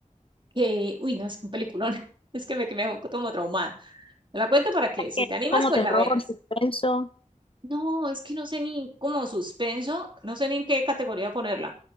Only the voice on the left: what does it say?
Que
es
como
terror,
suspenso.